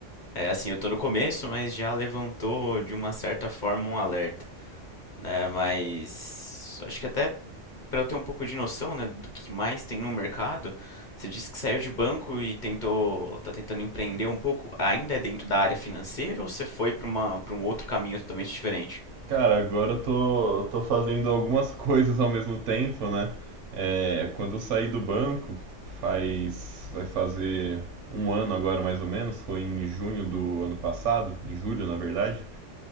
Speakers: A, on the left (about 50°); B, on the right (about 75°).
A: é, assim, eu tô no começo, mas já levantou de uma certa forma um alerta, né? Mas acho que até para eu ter um pouco de noção, né, do que mais tem no mercado, você disse que saiu de banco e tentou, tá tentando empreender um pouco, ainda é dentro da área financeira ou você foi para uma, para um outro caminho totalmente diferente?
B: Cara, agora eu tô, tô fazendo algumas coisas ao mesmo tempo, né? É, quando eu saí do banco, faz, vai fazer um ano agora mais ou menos, foi em junho do ano passado, em julho na verdade.